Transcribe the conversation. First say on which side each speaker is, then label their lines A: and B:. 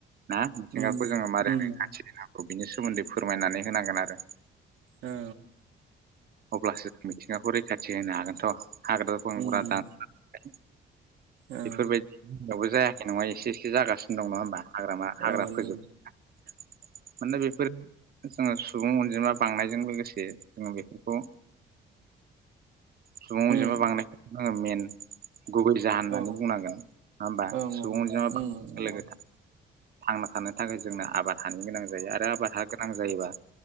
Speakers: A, on the right (about 50°); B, on the right (about 80°).
A: ना मिथिंगाखौ
B: उम
A: जोङो मारै
B: उम
A: रैखाथि होनां गौ बिनि सोमोन्दै फोरमायनानै होनांगोन आरो
B: औ।
A: अब्लासो मिथिं गाखौ रैखाथि होनो हागोनथ' हाग्रा बंग्रा
B: उम
A: दानस्रांनाय
B: उम औ
A: बेफोरबायदि यावबो जायाखै नङा एसे एसे जागासिनो दङ नङा होमबा? हाग्रामा हाग्रा
B: औ उम
A: फोजोब
B: ओं
A: माने बेफोर जोङो सु बुं अनजिमा बांनायजों लोगोसे से जोङो बेफोरखौ सुबुं
B: उम
A: अनजिमा बांनाय। आङो मेन गुबै जाहोन होननानै
B: औ
A: बुंनांगोन नङा होमबा
B: ओं
A: सुबुं
B: ओं उम
A: अनजिमा बांनाय
B: नंगौ
A: लोगो थांना थानो थाखाय जोंनो आबाद हानि गोनां जायो आरो आबाद हा गोनां जायोबा